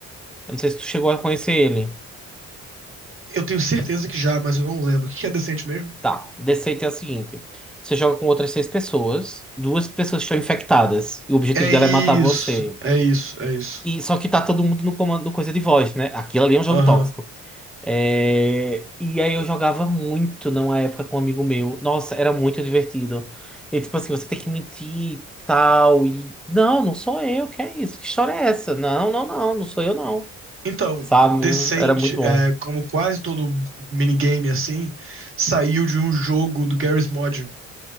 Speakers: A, in the centre; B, on the right.
A: Eu não sei se tu chegou a conhecer ele.
B: Eu tenho certeza que já, mas eu não lembro. O que que é decente mesmo?
A: Tá, Deceit é o seguinte: você joga com outras seis pessoas, duas pessoas estão infectadas, e o objetivo
B: É
A: dela
B: isso,
A: é matar você.
B: é isso, é isso.
A: E só que tá todo mundo no comando no coisa de voz, né? Aquilo ali é um jogo
B: Aham.
A: tóxico. É, e aí eu jogava muito numa época com um amigo meu. Nossa, era muito divertido. E tipo assim, você tem que mentir e tal. E. Não, não sou eu, que é isso? Que história é essa? Não, não, não, não sou eu, não.
B: Então,
A: sabe?
B: Decent,
A: Era muito bom.
B: é, como quase todo minigame assim, saiu de um jogo do Garry's Mod,